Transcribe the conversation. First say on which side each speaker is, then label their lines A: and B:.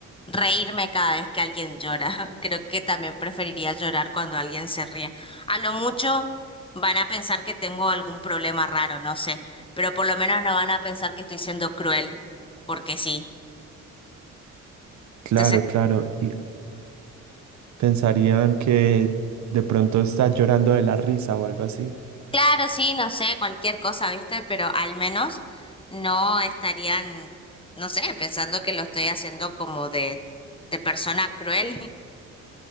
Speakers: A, on the left; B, on the right.
A: reírme cada vez que alguien llora. <laughs> Creo que también preferiría llorar cuando alguien se ríe. A lo mucho van a pensar que tengo algún problema raro, no sé, pero por lo menos no van a pensar que estoy siendo cruel, porque sí.
B: Claro,
A: Entonces
B: claro. Y pensarían que de pronto está llorando de la risa o algo así.
A: Claro, sí, no sé, cualquier cosa, ¿viste? Pero al menos no estarían, no sé, pensando que lo estoy haciendo como de, de persona cruel. <laughs>